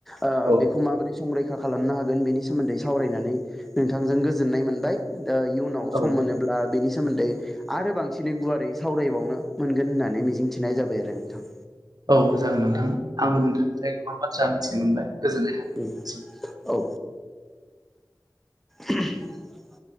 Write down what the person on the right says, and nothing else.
औ
औ
औ जागोन नोंथां। आंबो नोंथांनिफ्राय गोबां बाथ्रा मोनथिनो मोनबाय। गोजोननाय थाबाय